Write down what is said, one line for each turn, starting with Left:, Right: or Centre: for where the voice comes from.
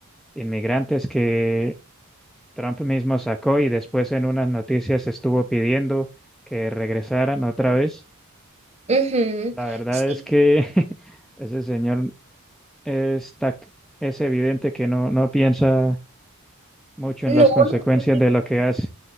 Centre: inmigrantes que Trump mismo sacó y después en unas noticias estuvo pidiendo que regresaran otra vez.
Right: ujú.
Centre: La verdad
Right: Sí,
Centre: es que <laughs> ese señor está, es evidente que no, no piensa mucho en
Right: no.
Centre: las consecuencias
Right: no.
Centre: de lo que hace.